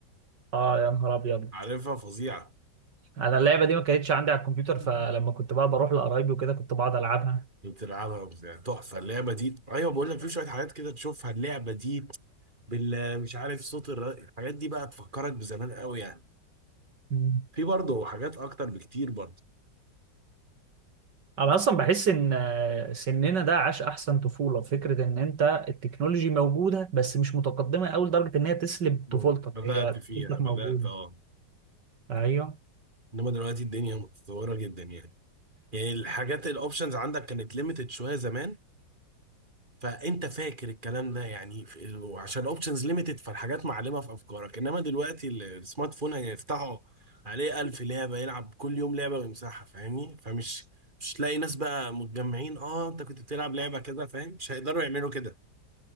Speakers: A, on the right; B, on the right.
A: اه يا نهار ابيض
B: عارفها فظيعه
A: انا اللعبه دي ما كانتش عندي على الكمبيوتر
B: مم.
A: فلما كنت بقى بروح لقرايبي وكده كنت بقعد العبها
B: بتلعبها وبتاع تحفه اللعبه دي ايوه بقول لك في شويه حاجات كده تشوفها اللعبه دي بال مش عارف صوت الر... الحاجات دي بقى تفكرك بزمان قوي يعني
A: مم.
B: في برضه حاجات اكتر بكتير برضه
A: انا اصلا بحس ان آه، سننا ده عاش احسن طفوله فكره ان انت التكنولوجي موجوده بس مش متقدمه قوي لدرجه ان هي تسلب
B: مم.
A: طفولتك
B: بدات
A: هي
B: فيها
A: طفولتك
B: بدات
A: موجوده
B: اه
A: ايوه
B: انما دلوقتي الدنيا متطوره جدا يعني يعني الحاجات الاوبشنز عندك كانت ليميتد شويه زمان فانت فاكر الكلام ده يعني في- وعشان اوبشنز ليميتد فالحاجات معلمه في افكارك انما دلوقتي ال- السمارت فون هيفتحه عليه ألف لعبه يلعب كل يوم لعبه ويمسحها فاهمني فمش مش تلاقي ناس بقى متجمعين اه انت كنت بتلعب لعبه كده فاهم مش هيقدروا يعملوا كده